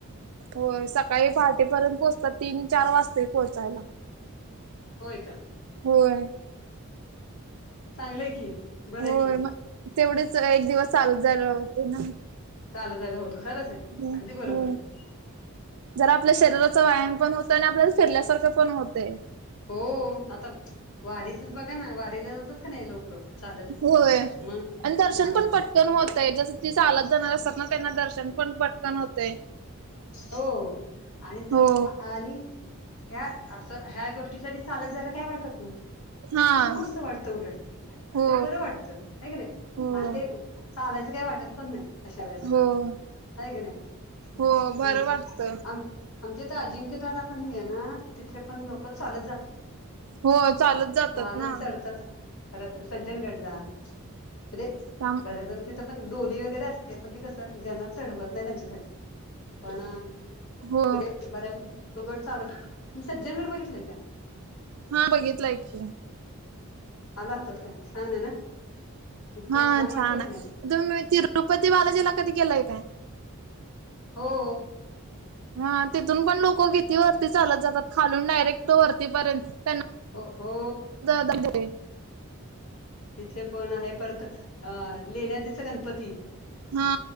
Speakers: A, on the right (about 75°); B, on the left (about 75°).
A: हो सकाळी पहाटेपर्यंत पोहोचतात तीन चार वाजता पोहोचायला.
B: होय का.
A: होय.
B: चांगलंय की बरं
A: होय
B: आहे की
A: मग तेवढेच एक दिवस चालू झाला होते ना.
B: चाल झालं होतं खरंच आहे.
A: ब
B: अगदी बरोबर
A: हो.
B: आहे
A: जरा आपल्या शरीराचा व्यायाम पण होत आणि आपल्या फिरल्यासारखं पण होते.
B: हो आता वारीचच बघा ना वारीला जातात का नाही लोक. चालत
A: होय
B: मग
A: आणि दर्शन
B: हा
A: पण पड. पटकन होत जस ती चालत जाणार असतात ना त्यांना दर्शन पण पटकन होतय.
B: हो आणि
A: हो.
B: आणि ह्या. असं ह्या गोष्टीसाठीठी चालत जायला काही वाटत नाही.
A: हा.
B: खूप मस्त वाटतं उलट म्हणजे
A: हो
B: बरं वाटतं. नाही की नाही
A: हो
B: आणि ते चालायचं काही वाटत पण नाही. अशा वेळेला
A: हो.
B: ह ग नाही
A: हो बरं वाटत
B: आम. आमचे तर अजिंक्य तारा पण हे ना तर तिथे पण लोक चालत जातात.
A: हो चालत जातात
B: चालच
A: ना.
B: चढताच. खत सज्जन घडला म्हणजे
A: थांब
B: भरतन तिथं पण. डोली वगैरे असते पण ती कसं ज्यांना चढवत नाही त्यांच्यासाठी. पण
A: हो.
B: बर्या बऱ्यापैकी तो गड चाडत मी सज्जन गड बघितलंय का.
A: हा बघितला की.
B: आला होतात का छान आहे ना. इतकं
A: हा
B: वाटतंय
A: छान
B: का
A: आहे
B: नाही?
A: तुम् तिरुपती बालाजीला कधी केलंय काय?
B: हो
A: हा तिथून पण लोक घिती वरती चालत जातात खालून डायरेक्ट वरतीपर्यंत त्यांना.
B: हो.
A: खम होय.
B: तिथे पण आहे परत अ लेण्या दिच गणपती.
A: हा